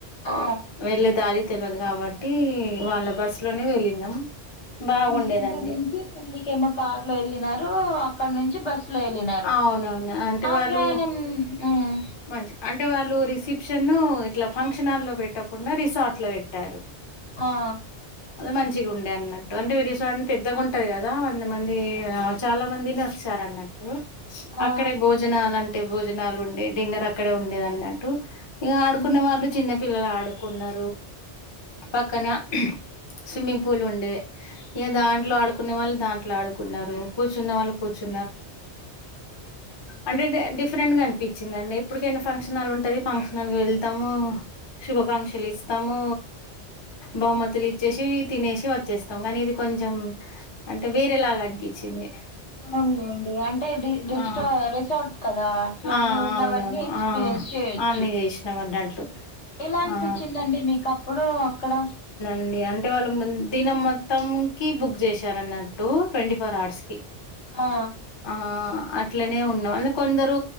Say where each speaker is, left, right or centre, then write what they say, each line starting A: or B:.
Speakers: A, on the left; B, on the left.
A: ఆ
B: వెళ్ళే దారి తెలియదు కాబట్టి వాళ్ళ బస్సు లోనే వెళ్ళినాం బాగుండేదండి
A: ఇంటి దగ్గర నుంచి పెళ్ళకేమో కార్ లో వెళ్ళినారు అక్కడ నుంచి బస్సు లో వెళ్ళినారు
B: అవునవును అంటే
A: ఆ
B: వాళ్ళు
A: ప్రయాణం ఉమ్
B: మంచి అంటే వాళ్ళు రీస్ రిసప్షన్ ఇట్లా ఫంక్షన్ లో పెట్టకుండా రిసార్ట్ లో పెట్టారు
A: ఆ
B: మంచిగా ఉండే అన్నట్ అంటే రిసార్ట్ పెద్దగాంటది కదా వంద మంది చాలా మందిని వచ్చారు అన్నట్టు
A: ఆ
B: అక్కడే భోజనాలు అంటే భోజనాలు ఉండే డిన్నర్ అక్కడే ఉండేది అన్నట్టు ఇగ ఆడుకున్న
A: హ్మ్
B: వాళ్ళు చిన్న పిల్లలు ఆడుకున్నారు పక్కన స్విమ్మింగ్ పూల్ ఉండే ఇక దాంట్లో ఆడుకునే వాళ్ళు దాంట్లో ఆడుకున్నారు కూర్చున్న వాళ్ళు కూర్చు అంటే డిఫరెంట్ గా అనిపించింది వచ్చిందండి ఎప్పుటికైనా ఫంక్షన్ల్ ఉంటది ఫంక్షన్ల్ వెళ్తాము శుభాకాంక్షలు ఇస్తాము బహుమతులు ఇచ్చేసి తినేసి వచ్చేస్తాము కానీ ఇది కొ కొంచెం అంటే వేరేలాగా అనిపించింది
A: పోన్లే అంటే రస్
B: ఆ
A: రిసార్ట్ కదా అట్లా
B: ఆ అవునవును
A: ఎ
B: ఆ
A: చేయచ్చ
B: అన్ని చేసినాం అన్నట్లు
A: ఎలా అనిపించిందండి
B: ఆ
A: మీకు అప్పుడు అక్కడ
B: అండి అంటే వాళ్ళు దినం మొత్తం కి బుక్ చేశార అన్నట్టు ట్వంటీ ఫోర్ అవర్స్ కి
A: ఆ
B: ఆ అట్లనే ఉన్నాం అంటే కొందరు